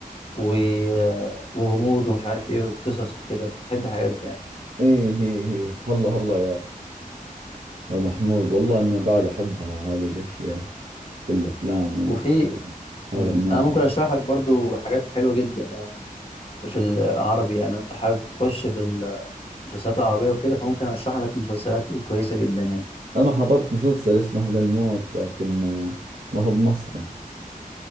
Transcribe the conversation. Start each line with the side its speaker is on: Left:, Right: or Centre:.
Left: و... آه، وغموض ومش عارف ايه وقصص وكده بحب الحاجات دي يعني
Right: إي هي هي هلا هلا يا محمود والله أنا بعد أحبها هذه الأشياء في الأفلام والمسلسلات
Left: وفي
Right: هذا
Left: مم.
Right: النوع
Left: انا ممكن اشرح لك برضو حاجات حلوه جدا يعني في العربي يعني انت حابب تخش في المسلسلات العربيه وكده فممكن اشرح لك مسلسلات إيه كويسه جدا يعني
Right: أنا حضرت مسلسل اسمه للموت لكن آه، ما هو بمصري